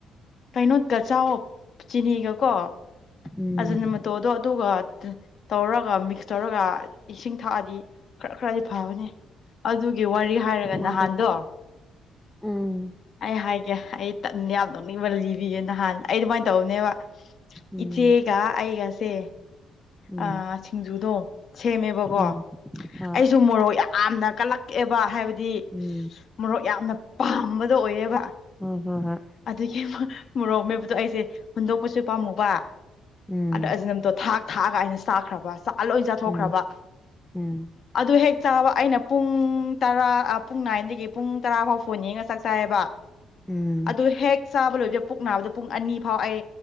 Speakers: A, on the left; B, in the centre.
A: ꯀꯩꯅꯣꯠꯀ ꯆꯑꯣ ꯆꯤꯅꯤꯒ ꯀꯣ
B: ꯎꯝ
A: ꯑꯖꯟ ꯃꯇꯣꯗꯣ ꯑꯗꯨꯒ ꯇꯧꯔꯒ ꯃꯤꯛꯁ ꯇꯧꯔꯒ ꯏꯁꯤꯡ ꯊꯛꯑꯗꯤ ꯈꯔ ꯈꯔꯗꯤ ꯐꯕꯅꯤ ꯑꯗꯨꯒꯤ ꯋꯥꯔꯤ ꯍꯥꯏꯔꯒ
B: ꯃꯥꯗꯣ
A: ꯅꯍꯥꯟꯗꯣ
B: ꯎꯝ
A: ꯑꯩ ꯍꯥꯏꯒ‌ꯦ ꯑꯩ ꯌꯥꯝ ꯅ‌ꯣꯛꯅꯤꯡꯕ ꯂꯤꯕꯤꯒꯤ ꯅꯍꯥꯟ ꯑꯩ ꯑꯗꯨꯃꯥꯏꯅ ꯇꯧꯕꯅꯦꯕ
B: ꯎꯝ
A: ꯆꯦꯒ ꯑꯩꯒꯁꯦ
B: ꯎꯝ ꯎꯝ
A: ꯑ ꯁꯤꯡꯖꯨꯗꯣ ꯁꯦꯝꯃꯦꯕꯀꯣ
B: ꯎꯝ
A: ꯑꯩꯁꯨ
B: ꯍꯣꯏ
A: ꯃꯣꯔꯣꯛ ꯌꯥꯝꯅ ꯀꯜꯂꯛ ꯀꯛꯑꯦꯕ ꯍꯥꯏꯕꯗꯤ
B: ꯎꯝ
A: ꯃꯣꯔꯣꯛ ꯌꯥꯝꯅ ꯄꯥꯝꯕꯗ ꯑꯣꯏꯌ‌ꯦꯕ
B: ꯍꯣꯏ ꯍꯣꯏ ꯍꯣꯏ
A: ꯑꯗꯨꯒꯤ ꯃꯣꯔꯣ ꯃ‌ꯣꯔ‌ꯣꯛꯃ‌ꯦꯠꯄꯗꯣ ꯑꯩꯁꯦ ꯍꯨꯟꯗꯣꯛꯄꯁꯨ ꯄꯥꯝꯃꯨꯕ
B: ꯎꯝ
A: ꯑꯗ ꯑꯖꯤꯅꯝꯇꯣ ꯊꯥꯛ ꯊꯥꯛꯑꯒ ꯑꯩꯅ ꯆꯥꯛꯈ꯭ꯔꯕ ꯂ‌ꯣꯏ ꯆꯥꯊꯣꯛꯈ꯭ꯔꯕ
B: ꯎꯝ ꯎꯝ
A: ꯑꯗꯨ ꯍꯦꯛ ꯆꯥꯕ ꯑꯩꯅ ꯄꯨꯡ ꯇꯔꯥ ꯄꯨꯡ ꯅꯥꯏꯟꯗꯒꯤ ꯄꯨꯡ ꯇꯔꯥ ꯐꯥꯎ ꯐꯣꯟ ꯌ‌ꯦꯡꯉꯒ ꯆꯥꯛ ꯆꯥꯏꯌꯦꯕ
B: ꯎꯝ
A: ꯑꯗꯨ ꯍꯦꯛ ꯆꯕ ꯂ‌ꯣꯏ ꯑꯗꯨ ꯄꯨꯡ ꯑꯅꯤ ꯐꯥꯎ ꯑꯩ